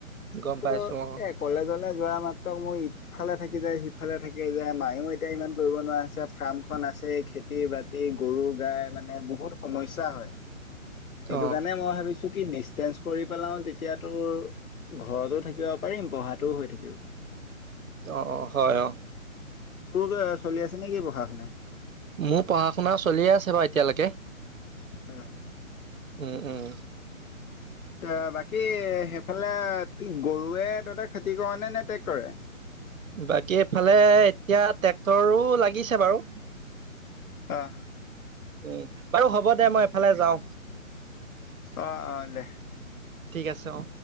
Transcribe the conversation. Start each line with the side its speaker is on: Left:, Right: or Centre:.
Right: গম
Left: ত
Right: পাইছো অ',
Left: এ কলেজলে যোৱা মাত্ৰ মই ইফালে থাকি যায় সি থাকে যায়। মায়ও এতিয়া ইমান কৰিব নোৱাৰা হৈছে, ফাৰ্মখনন আছে, খেতি খেতি-বাতি, গৰু-গাই মানে বহুত সমস্যা হয়। সেইটো
Right: অ',
Left: কাৰণে মই ভাবিছো চ কি ডিচেঞ্চ কৰি পেলাও তেতিয়াতো ঘৰতো থাকিব পাৰিম, পঢ়াটোও হৈ থাকিব।
Right: অ হয় অ।
Left: তোৰ চলি আছে নেকি পঢ়া শুনা?
Right: মোৰ পঢ়া শুনা চলিয়ে আছে বাৰু এতিয়ালৈকে।
Left: উম।
Right: উম, উম।
Left: এ বাকী সেইফালে গৰুৱে তহতে খেতি কৰা নে ট্ৰেক্টৰে?
Right: বাকী এইফালে এতিয়া ট্ৰেক্টৰো লাগিছে বাৰু।
Left: অ'
Right: উম বাৰু হ'ব দে মই এফালে যাওঁ।
Left: অ' অলে।
Right: ঠিক আছে অ'।